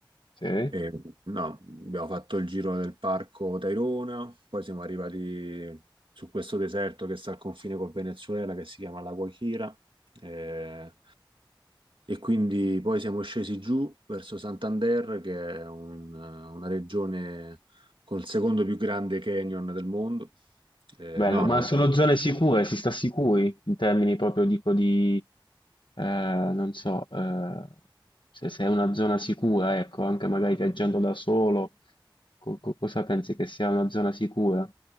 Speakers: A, on the left (about 70°); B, on the right (about 80°).
A: Sì,
B: E, no, abbiamo fatto il giro del parco Tairona, poi siamo arrivati su questo deserto che sta al confine col Venezuela, che si chiama La Guajira. eh, e quindi poi siamo scesi giù verso Santander, che è un- una regione col secondo più grande canyon del mondo. Eh,
A: bello.
B: no,
A: Ma
B: no,
A: sono zone sicure, si sta sicuri in termini proprio, dico, di, eh, non so, eh, se, se è una zona sicura, ecco, anche magari viaggiando da solo, co- co- cosa pensi che sia una zona sicura?